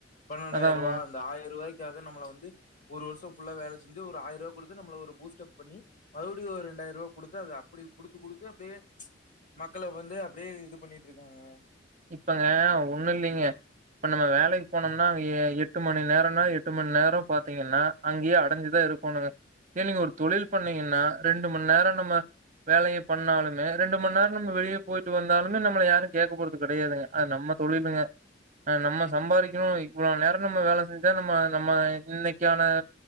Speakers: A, on the left; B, on the right.
A: பன்னெண்டாயிர்ருவா
B: அதாங்க
A: இந்த ஆயிர்ருவாய் முடியாத நம்மல வந்து ஒரு வருஷம் ஃபுல்லா வேல செஞ்சி ஒரு ஆயிர ரூவா குடுத்து நம்மள பூஸ்டப் பண்ணி மறுபடியு ஒரு ரெண்டாயிர ரூபா குடுத்து அத அப்புடி குடுத்து குடுத்து அப்டியே மக்கள வந்து அப்டியே இது பண்ணிட்டு இருக்காங்க அவே
B: இப்பங்க ஒன்னு இல்லைங்க இப்ப நம்ம வேலைக்கு போனோம்னா அங்க எ எட்டு மணி நேரம்னா எட்டு மணி நேரம் பாத்தீங்கன்னா அங்கயே அடைஞ்சிதா இருக்கனுங்க இதே நீங்க ஒரு தொழில் பண்ணீங்கன்னா ரெண்டு மணி நேரம் நம்ம வேலைய பண்ணாலுமே ரெண்டு மணி நேரம் நம்ம வெளியே போயிட்டு வந்தாலுமே நம்மள யாரும் கேக்கபோ றது கெடையாதுங்க அது நம்ம தொழிலுங்க நம்ம சம்பாறிக்கணு இவ்ளோ நேரோ நம்ம வேல செஞ்சா நம்ம நம்ம இன்னைக்கான